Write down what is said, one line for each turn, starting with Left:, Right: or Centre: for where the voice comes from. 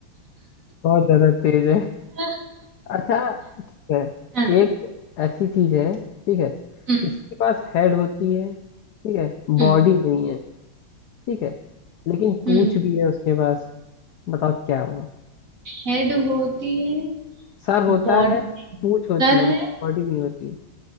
Left: बहुत ज्यादा तेज है
Right: <laughs>
Left: अच्छा ठीक है
Right: हाँ,
Left: एक ऐसी चीज है ठीक है
Right: हम्म
Left: इसके पास हेड होती है ठीक है
Right: हम्म
Left: बॉडी नहीं है ठीक है लेकिन पूंछ
Right: हम्म
Left: भी है उसके पास बताओ क्या हुआ
Right: हेड होती है
Left: सर होता
Right: बॉडी
Left: है पूंछ होती
Right: सर
Left: है
Right: है
Left: लेकिन बॉडी नहीं होती